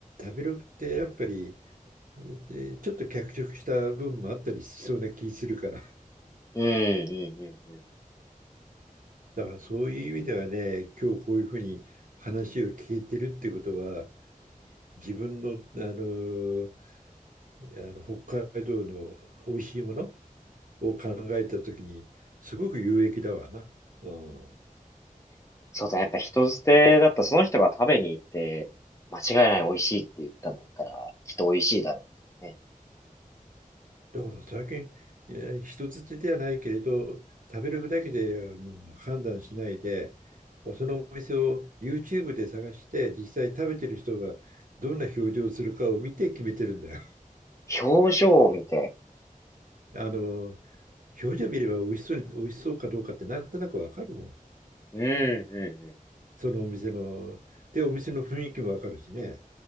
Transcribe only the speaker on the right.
食べログってやっぱりえーちょっと脚色した部分もあったりしそうな気するから。
<laughs> だからそういう意味ではね、今日こういうふうに話を聞いてるってことは自分の、あの、あの北海道の美味しいものを考えたときに、
すごく有益だわな。うん。
だから最近、人づてではないけれど、食べるだけでもう判断しないで、そのお店を YouTube で探して、実際食べてる人がどんな表情をするかを見て決めてるんだよ。
<laughs> あの、表情見れば美味しそうに、美味しそうかどうかってなんとなくわかるもん。
そのお店の、で、お店の雰囲気もわかるしね。